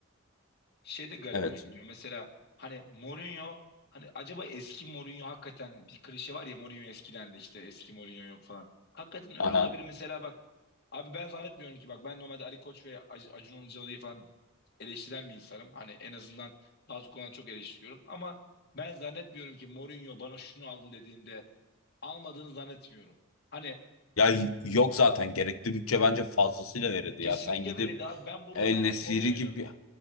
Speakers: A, on the left; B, on the left.
A: Şey de garibime
B: evet.
A: gidiyor. Mesela hani Mourinho hani acaba eski Mourinho hakikaten bir klişe var ya Mourinho eskiden de işte eski Mourinho yok falan. Hakikaten öyle
B: Aha.
A: olabilir mesela bak. Abi ben zannetmiyorum ki bak ben normalde Ali Koç ve Ac- Acun Ilıcalı'yı falan eleştiren bir insanım. Hani en azından bazı konularda çok eleştiriyorum ama ben zannetmiyorum ki Mourinho bana şunu alın dediğinde almadığını zannetmiyorum. Hani
B: Ya y- yok zaten gerekli bütçe bence fazlasıyla verildi
A: Kesinlikle
B: ya. Sen gidip
A: veriydi abi. Ben burada
B: El
A: ben
B: Nesiri
A: Mourinho'yu
B: gibi